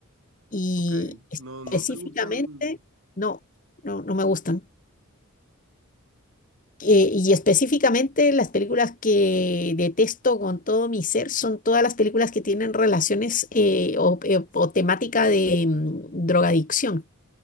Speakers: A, on the left (about 35°); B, on the right (about 70°).
A: y
B: Ok, no, no
A: específicamente,
B: te gustan...
A: no, no, no me gustan. Eh, y específicamente las películas que detesto con todo mi ser son todas las películas que tienen relaciones eh, o, eh, o temática de mm, drogadicción.